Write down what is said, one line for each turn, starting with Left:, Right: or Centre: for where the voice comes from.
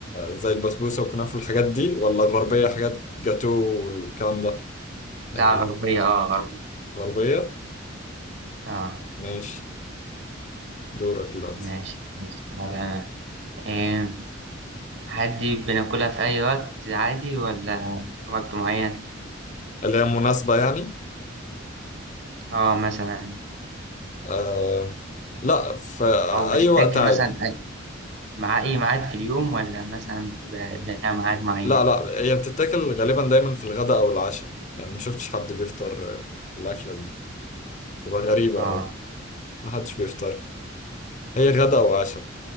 Left: زي البسبوسة والكنافة والحاجات دي ولا غربية حاجات جاتو والكلام ده يعني
Right: لا غربية اه غربية
Left: غربية
Right: اه
Left: ماشي دورك دلوقتي
Right: ماشي بس على انا إيه عادي بناكلها في اي وقت عادي ولا وقت معين
Left: اللي هي مناسبة يعني
Right: اه مثلا
Left: آه لا في
Right: او بتتاكل
Left: أي وقت عادي
Right: مثلا مع اي ميعاد في اليوم ولا مثلا بتبقى لها ميعاد معين
Left: لا لا هي بتتاكل غالبا دايما في الغداء أو العشاء يعني ما شفتش حد بيفطر آه، الأكلة دي تبقى غريبة
Right: اه
Left: أوي محدش بيفطر هي غدا وعشاء